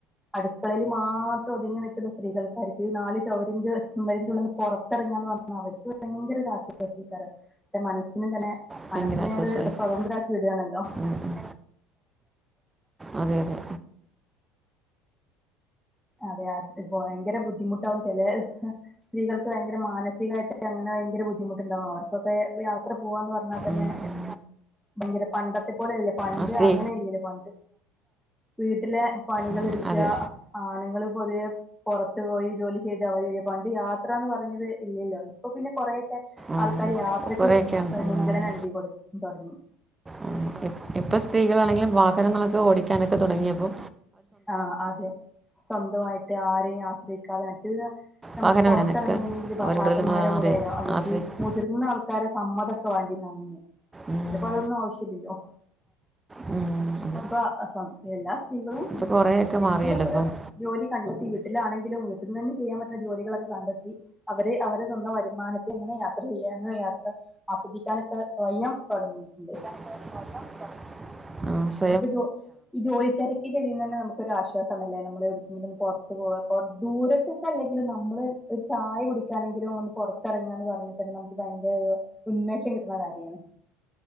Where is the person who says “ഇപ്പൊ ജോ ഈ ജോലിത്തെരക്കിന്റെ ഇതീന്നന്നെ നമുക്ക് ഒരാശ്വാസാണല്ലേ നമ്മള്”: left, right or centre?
Centre